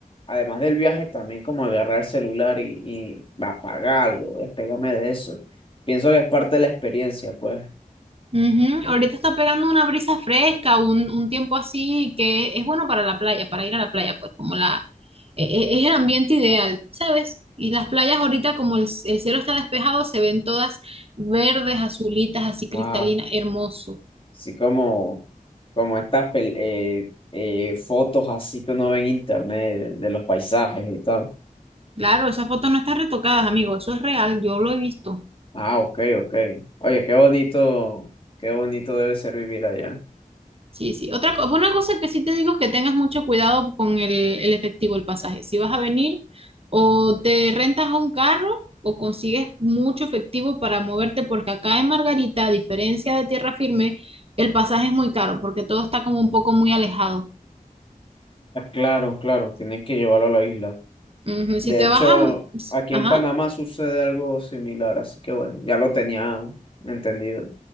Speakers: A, on the left; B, on the right.
A: además del viaje, también como agarrar el celular y, y apagarlo, despegarme de eso. Pienso que es parte de la experiencia, pues.
B: Ujú, Ahorita está pegando una brisa fresca, un, un tiempo así que es bueno para la playa, para ir a la playa, pues como la, e- e- es el ambiente ideal, ¿sabes? Y las playas ahorita como el, c- el cielo está despejado, se ven todas verdes, azulitas, así cristalinas,
A: Ah,
B: hermoso.
A: sí, como, como estas pel- eh, eh, fotos así que uno ve en internet de, de los paisajes y tal.
B: Claro, esas fotos no están retocadas, amigo, eso es real, yo lo he visto.
A: Ah, ok, ok. Oye, qué bonito, qué bonito debe ser vivir allá.
B: Sí, sí. Otra co- una cosa que sí te digo es que tengas mucho cuidado con el, el efectivo, el pasaje. Si vas a venir, o te rentas a un carro o consigues mucho efectivo para moverte, porque acá en Margarita, a diferencia de Tierra Firme, el pasaje es muy caro, porque todo está como un poco muy alejado.
A: Ah, Claro, claro, tienen que llevarlo a la isla.
B: Ujú.
A: De
B: Si te
A: hecho,
B: vas a...
A: aquí en
B: Ajá.
A: Panamá sucede algo similar, así que bueno, ya lo tenía entendido.